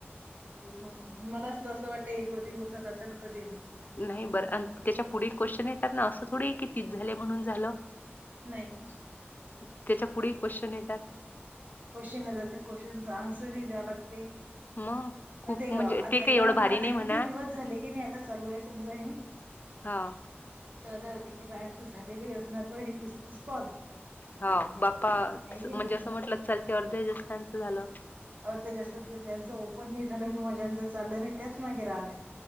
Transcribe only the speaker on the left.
नाही, बरं अ, आणि त्याच्या पुढे क्वेश्चन येतात ना, असं थोडे की तीस झाले म्हणून झालं.
त्याच्या पुढील क्वेश्चन येतात.
मग
खूप
म्हणजे
ते
काही एवढं
भारी
नाही म्हणा.
हा.
हा, बाप्पा
म्हणजे
असं म्हंटलं चालते वाटत, जस यांचं झालं.